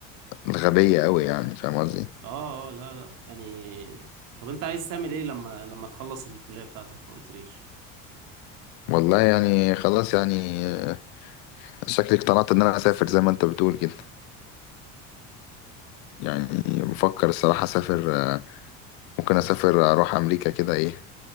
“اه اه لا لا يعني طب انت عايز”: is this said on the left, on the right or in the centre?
Right